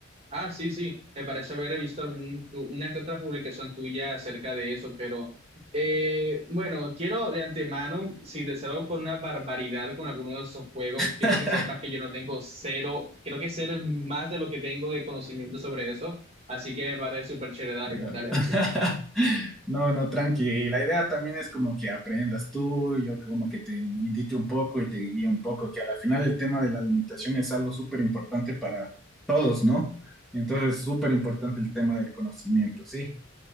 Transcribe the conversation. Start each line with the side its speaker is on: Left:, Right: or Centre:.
Right: Ah, sí, sí, me parece haber visto algún- una que otra publicación tuya acerca de eso, pero eh, bueno, quiero de antemano, si te salgo con una barbaridad con alguno de esos juegos, quiero
Centre: <laughs>
Right: que sepas que yo no tengo cero, creo que cero es más de lo que tengo de conocimiento sobre eso, así que me parece súper chévere, dale,
Centre: Ya.
Right: dale, dale,
Centre: <laughs>
Right: sí.
Centre: No, no, tranqui. Y la idea también es como que aprendas tú, yo como que te indique un poco y te guíe un poco, que al final el tema de la alimentación es algo súper importante para todos, ¿no? Entonces, súper importante el tema del conocimiento, ¿sí?